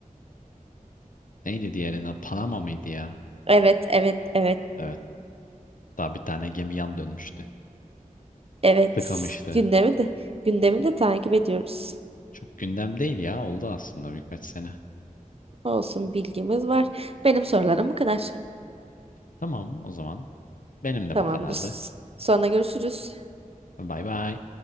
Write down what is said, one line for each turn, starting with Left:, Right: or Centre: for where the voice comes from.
Left: Neydi diğerine? Panama mıydı ya?
Right: Evet evet evet.
Left: Evet. Daha bir tane gemi yan dönmüştü.
Right: Evet,
Left: tıkamıştı.
Right: gündemi de gündemi de takip ediyoruz.
Left: Çok gündem değil ya. Oldu aslında birkaç sene.
Right: Olsun bilgimiz var. Benim sorularım bu kadar.
Left: Tamam o zaman. Benim de
Right: Tamamdır.
Left: bu kadardı.
Right: Sonra görüşürüz.
Left: Bay bay.